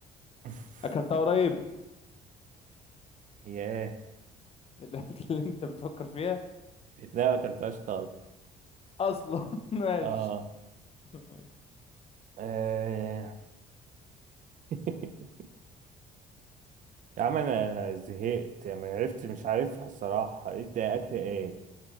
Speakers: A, on the right; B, on the left.
A: <laughs>
B: اكلتها قريب
A: هي إيه
B: <laughs> الاكل اللي انت بتفكر فيها
A: لا ما أكلتهاش خالص
B: اصلا <laughs> ماشي
A: آه
B: ماشي.
A: آه. <laughs> يا عم أنا زهقت يعني ما عرفت مش عارفها الصراحة إيه ده أكل إيه